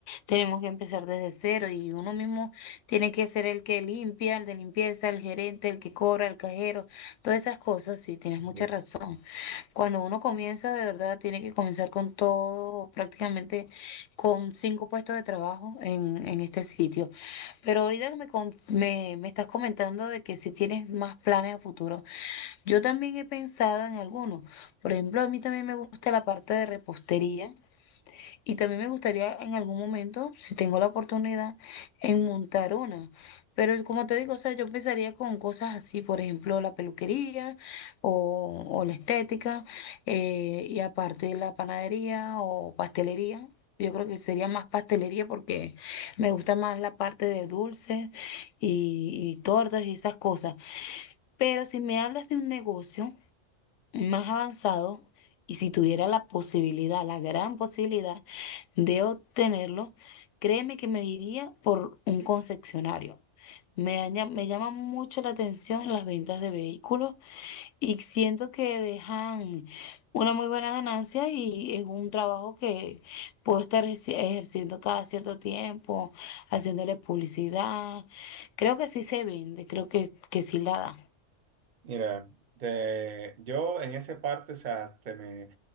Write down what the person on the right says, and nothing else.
Sí.
Mira, te- yo en esa parte, o sea, te me,